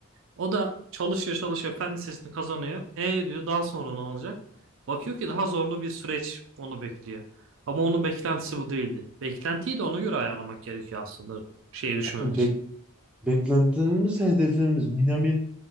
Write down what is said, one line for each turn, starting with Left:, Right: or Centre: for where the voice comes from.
Right: O da çalışıyor çalışıyor fen lisesini kazanıyor. E diyor daha sonra ne olacak? Bakıyor ki daha zorlu bir süreç onu bekliyor. Ama onun beklentisi bu değildi. Beklentiyi de ona göre ayarlamak gerekiyor aslında şeye düşmemek
Centre: Yani
Right: için.
Centre: bek- beklentilerimiz, hedeflerimiz, minimi